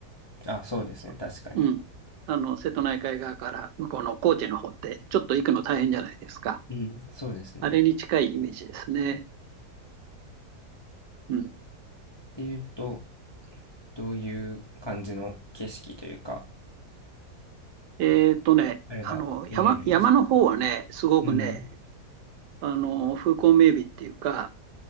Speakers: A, on the left (about 40°); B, on the right (about 80°).
A: あ、そうですね。
B: そううん。
A: 確かに。
B: あの、瀬戸内海側から向こうの高知の方って、ちょっと行くの大変じゃないですか。
A: うん、そうですね。
B: あれに近いイメージですね。
A: っ
B: うん。
A: ていうと、どういう感じの景色というか、
B: えっとね、
A: あれが見れるんですか
B: あの、山、山の方はね、すごくね、
A: うん。
B: あの、風光明媚っていうか、